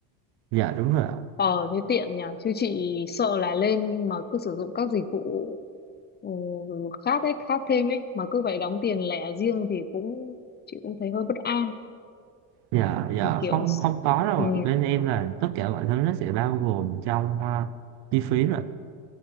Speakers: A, on the right; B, on the left.
A: dạ đúng rồi ạ
B: ờ thế tiện nhỉ chứ chị sợ là lên mà cứ sử dụng các dịch vụ ừ, khác ấy khác thêm ấy mà cứ phải đóng tiền lẻ riêng thì cũng chị cũng thấy hơi bất an
A: dạ dạ
B: thì kiểu
A: không không có đâu
B: ừ
A: ạ bên em là tất cả mọi thứ nó sẽ bao gồm trong ờ, chi phí rồi